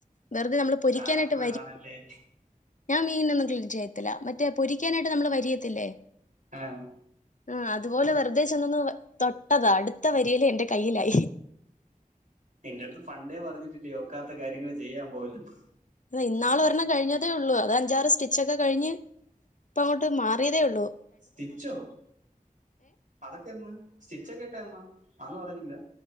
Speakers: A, on the left; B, on the right.
A: വെറുതെ നമ്മള്- പൊരിക്കാനായിട്ട്
B: കാണാൻ പോയതാണല്ലേ
A: വരി ഞാൻ മീനൊന്നും ക്ലീൻ ചെയ്യത്തില്ല മറ്റേ പൊരിക്കാനായിട്ട് നമ്മള് വരിയത്തില്ലേ
B: ആഹ്
A: ആഹ് അതുപോലെ വെറുതെ ചെന്നൊന്ന് തൊട്ടതാ അടുത്ത വരിയില് എന്റെ കയ്യിലായി
B: നിന്റെ അടുത്ത് പണ്ടേ പറഞ്ഞിട്ടില്ലേ ഒക്കാത്ത കാര്യങ്ങള് ചെയ്യാൻ പോവല്ലെന്ന്.
A: ഇന്നാള് ഒരെണ്ണം കഴിഞ്ഞതെ ഒള്ളു. അത് അഞ്ചാറ് സ്റ്റിച്ചോക്കെകഴിഞ്ഞ് ഇപ്പ അങ്ങോട്ട് മാറിയതേ ഒള്ളൂ.
B: സ്റ്റിച്ചോ, അതൊക്കെ എന്ന്. സ്റ്റിച്ചൊക്കെ ഇട്ട എന്നാ അതൊന്നും അറിഞ്ഞില്ല.